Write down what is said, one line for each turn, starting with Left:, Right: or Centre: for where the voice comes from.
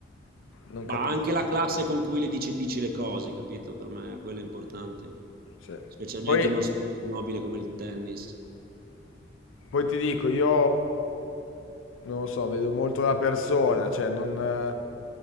Left: non
Right: Ma
Left: capisco.
Right: anche la classe con cui le dici, dici le cose, capito? Per me quello è importante.
Left: Sì.
Right: Specialmente
Left: Poi,
Right: in uno sport nobile come il tennis.
Left: poi ti dico, io non lo so, vedo molto la persona, cioè non... eh,